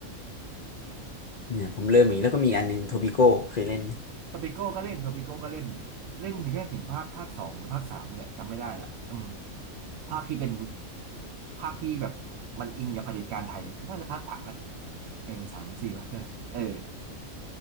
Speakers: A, on the left; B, on the right.
A: เนี่ยผมเริ่มอีกแล้วก็มีอันหนึงโทปิโก้เคยเล่นไหม
B: ทอปิโก้ก็เล่นทอปิโก้ก็เล่นเล่นแค่ถึงภาคภาคสองหรือภาคสามนี่แหละจำไม่ได้ละอืมภาคที่เป็นภาคที่แบบมันอิงกับเผด็จการไทยเนี่ยน่าจะภาคสามนะเออสามหรือสี่วะ <laughs> นั่นแหละเออ